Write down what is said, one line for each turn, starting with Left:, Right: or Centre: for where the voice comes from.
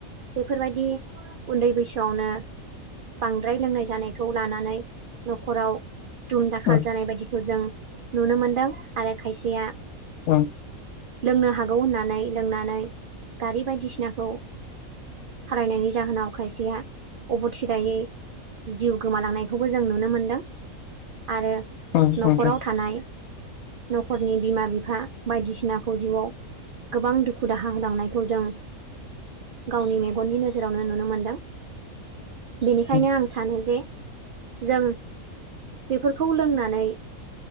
Right: बेफोरबायदि उन्दै बैसोआवनो बांद्राय लोंनाय जानायखौ लानानै न'खराव दुम दाखाल
Left: उम
Right: जानाय बायदिखौ जों नुनो मोनदों आरो खायसेया
Left: ओं
Right: लोंनो हागौ होननानै लोंनानै गारि बायदिसिनाखौ सालायनायनि जाहोनाव खायसेया अबथिदायै जिउ गोमालांनायखौबो जों नुनो मोनदों आरो
Left: उम
Right: न'खराव
Left: नोंथां
Right: थानाय न'खरनि बिमा बिफा बायदिसिनाखौ जिउआव गोबां दुखु दाहा होलांनायखौ जों गावनि मेगननि नोजोरावनो नुनो मोनदों बेनिखायनो
Left: उम
Right: आं सानो जे जों बेफोरखौ लोंनानै